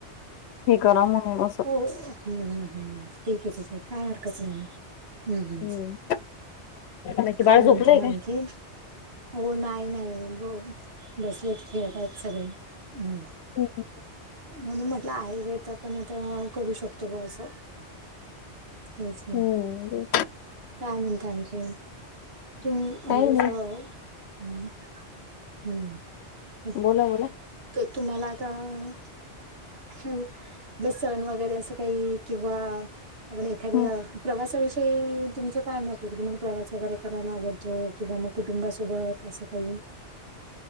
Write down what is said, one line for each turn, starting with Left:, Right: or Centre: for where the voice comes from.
Left: हे करा म्हणून असं.
Right: हो. हम्, हम. ठीकय- ठीकय. काय हरकत नाही मग. हम्, हम्.
Left: हम्म बाकी बाळ
Right: काय म्हणता,
Left: झोपलंय
Right: म
Left: काय?
Right: आणखीन? हो. नाही - नाही. ब बसलेत खेळत आज सगळे. हम्.
Left: ह, ह.
Right: म्हणून म्हटलं, आहे वेत आपण आता करू शकतो, ब असं. तेच ना.
Left: हम्म
Right: काय, म्हणता आणखीन? तु <unintelligible>
Left: काही नाही
Right: हम्, हम. असं.
Left: बोला - बोला.
Right: तर तुम्हाला आता अ ह, सण वगैरे असं काही, किंवा आपण एखाद्या,
Left: हं
Right: प्रवासाविषयी ते तुमचं काय मतय की, तुम्हाला प्रवास वगैरे, करायला आवडतोय. किंवा मग कुटुंबासोबत. असं काही.